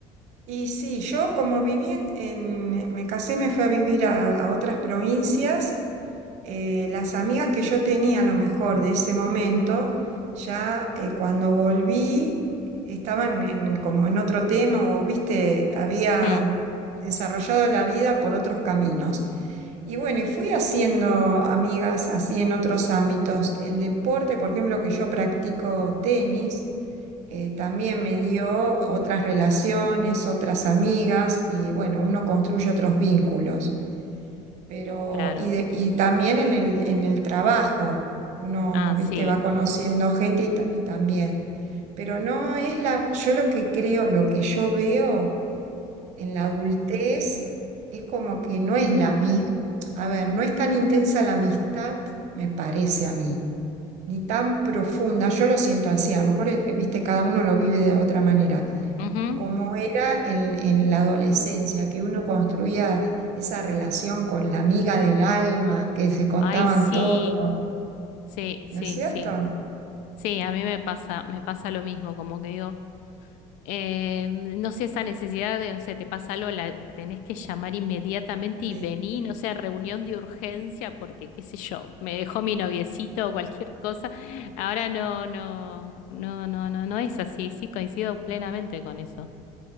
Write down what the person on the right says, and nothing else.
y sí, yo como viví en, en- me casé, me fui a vivir a, a otras provincias eh, las amigas que yo tenía a lo mejor de ese momento, ya eh, cuando volví estaban en- como en otro tema o, viste, habían
desarrollado la vida por otros caminos. Y bueno, y fui haciendo amigas así en otros ámbitos. El deporte, por ejemplo, que yo practico tenis, eh, también me dio otras relaciones, otras amigas y bueno, uno construye otros vínculos. Pero,
y, de- y también en el, en el trabajo, uno,
viste,
va conociendo gente y, ta- y también. Pero no es la, yo lo que creo, lo que yo veo en la adultez es como que no es la misma, a ver, no es tan intensa la amistad, me parece a mí, ni tan profunda, yo lo siento así, a lo mejor, eh, viste, cada uno lo vive de otra manera
como era en, en la adolescencia, que uno construía esa relación con la amiga del alma, que se contaban
todo,
¿no es cierto?
Sí,